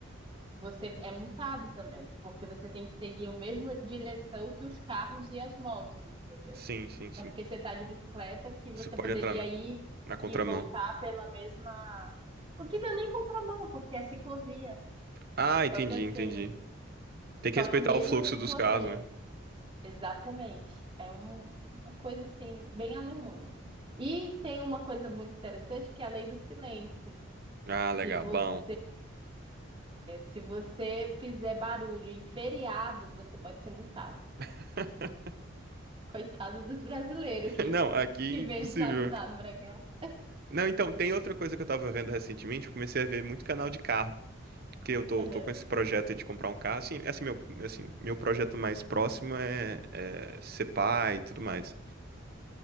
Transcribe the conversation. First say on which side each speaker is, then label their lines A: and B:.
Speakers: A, on the right; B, on the right.
A: você é multado também, porque você tem que seguir a mesma direção que os carros e as motos, entendeu?
B: Sim, sim, sim.
A: Não é porque você está de bicicleta que você
B: Você pode
A: poderia
B: entrar na,
A: ir
B: na contramão.
A: e voltar pela mesma. Porque não é nem contramão, porque é ciclovia.
B: Ah,
A: Só
B: entendi,
A: que assim,
B: entendi. Tem que
A: só
B: respeitar
A: que mesmo
B: o fluxo
A: na ciclovia.
B: dos carros, né?
A: Exatamente. É um- uma coisa assim, bem alemã. E tem uma coisa muito interessante que é a lei do silêncio.
B: Ah, legal,
A: Se você,
B: bom.
A: se você fizer barulho em feriado, você pode ser multado.
B: <laughs>
A: Coitado dos brasileiros que,
B: Não, aqui é
A: que
B: impossível.
A: vem desavisado pra cá.
B: Não, então, tem outra coisa que eu tava vendo recentemente, eu comecei a ver muito canal de carro, porque eu tô,
A: Aham,
B: tô com esse projeto de comprar um carro, assim, assim, meu, assim, meu projeto mais próximo é, é ser pai e tudo mais.